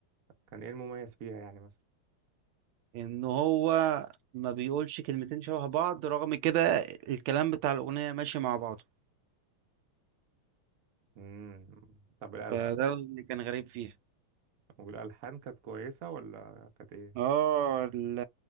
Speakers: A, on the right; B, on the right.
A: كان إيه المميز فيها يعني مثلا
B: ان هو ما بيقولش كلمتين شبه بعض رغم كده الكلام بتاع الأغنية ماشي مع بعضه
A: امم طب الألحان
B: فده اللي كان غريب فيها
A: والألحان كانت كويسة ولا كانت إيه؟
B: اه ال-